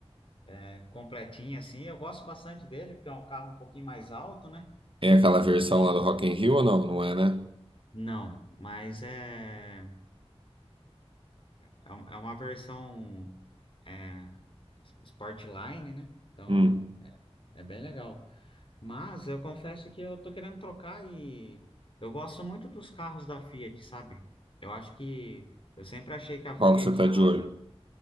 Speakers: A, on the left; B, on the right.
A: é completinho assim. Eu gosto bastante dele porque é um carro um pouquinho mais alto, né?
B: É aquela
A: Então
B: versão lá do Rock in Rio ou não? Não é, né?
A: Não, mas é, é um- é uma versão é, Sportline, né? Então
B: Hum.
A: é, é bem legal. Mas eu confesso que eu tô querendo trocar e eu gosto muito dos carros da Fiat, sabe? Eu acho que eu sempre achei que a Fiat,
B: Qual que você tá
A: ela.
B: de olho?